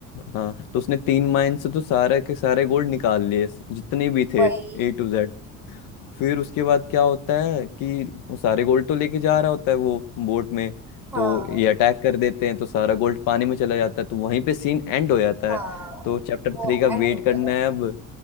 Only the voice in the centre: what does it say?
भाई
हाँ
हाँ
वो
एंड
हो गया
था उसका।